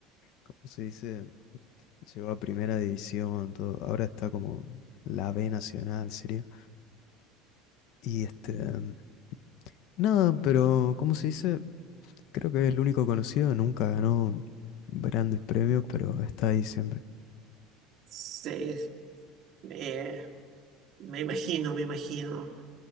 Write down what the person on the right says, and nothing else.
Sí, eh, me imagino, me imagino.